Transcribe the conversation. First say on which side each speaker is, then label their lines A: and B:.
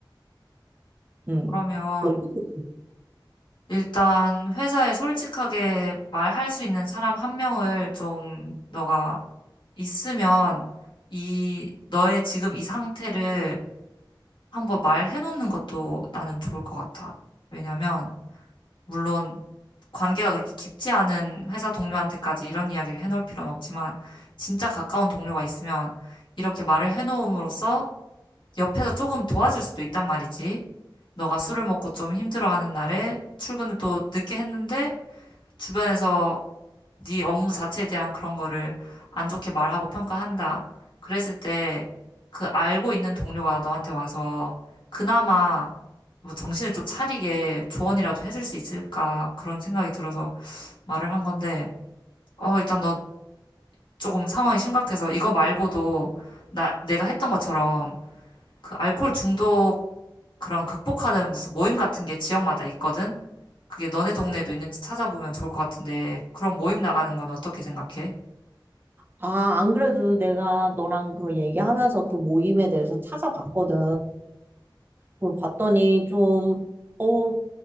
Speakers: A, on the right (about 25°); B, on the left (about 70°).
A: 음.
B: 그러면
A: 어떻게,
B: 일단 회사에 솔직하게 말할 수 있는 사람 한 명을 좀 너가 있으면 이 너의 지금 이 상태를 한번 말해놓는 것도 나는 좋을 것 같아. 왜냐면, 물론 관계가 그렇게 깊지 않은 회사 동료한테까지 이런 이야기를 해놓을 필요는 없지만, 진짜 가까운 동료가 있으면 이렇게 말을 해놓음으로써 옆에서 조금 도와줄 수도 있단 말이지. 너가 술을 먹고 좀 힘들어하는 날에 출근을 또 늦게 했는데, 주변에서 네 업무 자체에 대한 그런 거를 안 좋게 말하고 평가한다. 그랬을 때 그 알고 있는 동료가 너한테 와서 그나마 뭐 정신을 좀 차리게 조언이라도 해줄 수 있을까 그런 생각이 들어서 말을 한 건데 어 일단 너 조금 상황이 심각해서 이거 말고도 나 내가 했던 것처럼 그 알코올 중독 그런 극복하는 무슨 모임 같은 게 지역마다 있거든. 그게 너네 동네에도 있는지 찾아보면 좋을 것 같은데 그런 모임 나가는 건 어떻게 생각해?
A: 아, 안 그래도 내가 너랑 그 얘기하면서 그 모임에 대해서 찾아봤거든. 그걸 봤더니 좀, 어,